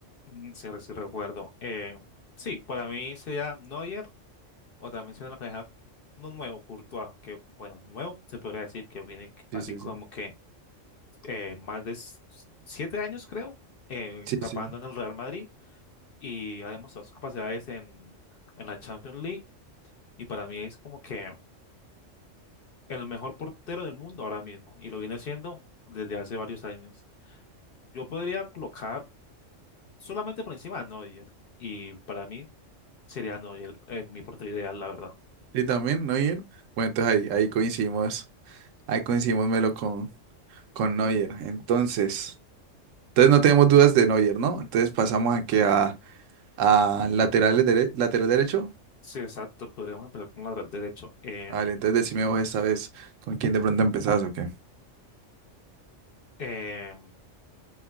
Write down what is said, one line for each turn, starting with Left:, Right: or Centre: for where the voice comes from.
Left: Mm, Sí, sí recuerdo. Eh, sí, para mí sería Neuer o también sería la cabeza uno nuevo, Courtois, que bueno, nuevo se podría decir que viene
Right: Sí,
Left: así
Right: sí,
Left: como
Right: sí.
Left: que eh, más de s- siete años creo, eh,
Right: Sí,
Left: tapando
Right: sí. sí.
Left: en el Real Madrid y ha demostrado sus capacidades en, en la Champions League y para mí es como que el mejor portero del mundo ahora mismo y lo viene siendo desde hace varios años. Yo podría colocar solamente por encima a Neuer y para mí Sería no, y el- eh, mi portero ideal, la verdad.
Right: ¿Y también Neuer? Bueno, entonces ahí, ahí coincidimos, ahí coincidimos Melo con, con Neuer. Entonces, entonces no tenemos dudas de Neuer, ¿no? Entonces pasamos aquí a, a lateral, dere- lateral derecho.
Left: Sí, exacto, podríamos empezar con la dra- derecho. Em,
Right: Vale, entonces decime vos esta vez con quién de pronto empezás o qué.
Left: em,